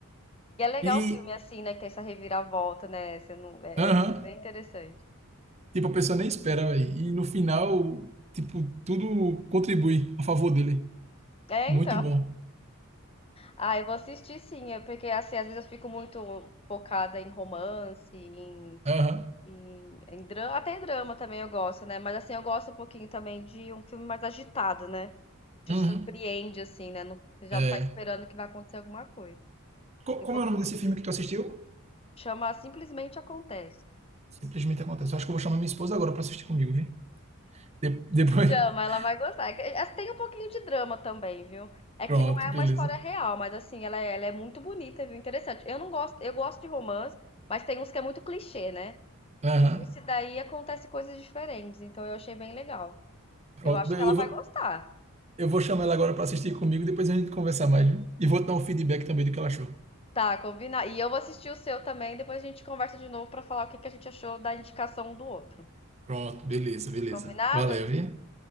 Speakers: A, on the left; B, on the right.
A: e é legal
B: E,
A: o filme assim, né, que tem essa reviravolta, né? Você não, é,
B: aham,
A: é bem interessante.
B: tipo, a pessoa nem espera, velho. E no final, tipo, tudo contribui a favor dele.
A: É,
B: Muito
A: então.
B: bom.
A: Ah, eu vou assistir sim, é porque assim, às vezes eu fico muito focada em romance, em,
B: Aham.
A: em, em drama, até em drama também eu gosto, né? Mas assim, eu gosto um pouquinho também de um filme mais agitado, né? Que
B: Uhum.
A: te surpreende, assim, né? Não- você já
B: É.
A: não tá esperando que vai acontecer alguma coisa.
B: Co-
A: Eu
B: como
A: vou
B: é o nome desse filme que tu assistiu?
A: chamar Simplesmente Acontece.
B: Simplesmente acontece. Eu acho que eu vou chamar minha esposa agora para assistir comigo, viu? De- depois.
A: Chama,
B: <laughs>
A: ela vai gostar. É que- é- Tem um pouquinho de drama também, viu? É
B: Pronto,
A: que não é
B: beleza.
A: uma história real, mas assim, ela é, ela é muito bonita, viu? Interessante. Eu não gosto, eu gosto de romance, mas tem uns que é muito clichê, né?
B: Aham.
A: Esse daí acontece coisas diferentes, então eu achei bem legal.
B: Pronto,
A: Eu acho
B: beleza.
A: que ela
B: Eu
A: vai
B: vou,
A: gostar.
B: eu vou chamar ela agora para assistir comigo, depois a gente conversa mais, viu? E vou dar um feedback também do que ela achou.
A: Tá, combinado. E eu vou assistir o seu também, depois a gente conversa de novo pra falar o que que a gente achou da indicação um do outro.
B: Pronto, beleza, beleza.
A: Combinado?
B: Valeu, viu?